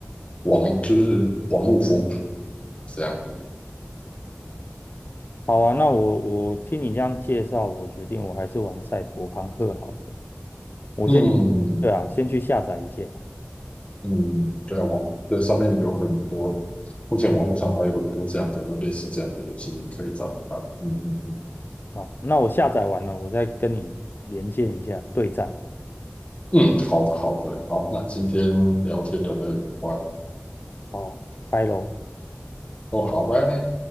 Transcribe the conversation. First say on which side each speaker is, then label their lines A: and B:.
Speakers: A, on the left (about 30°); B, on the left (about 50°).
A: 网，就是网络风格这样的。
B: 好啊，那我我听你这样介绍，我决定我还是玩赛博朋克好了我先，
A: 嗯，
B: 对啊，先去下载一下。
A: 嗯，对啊，网对上面有很多，目前网络上还有很多这样的类似这样的游戏，你可以找来玩。嗯嗯嗯
B: 好，那我下载完了，我再跟你连线一下对战。
A: 嗯，好的好的，好，那今天聊天聊得很愉快
B: 好，拜喽。
A: 哦，好，拜拜。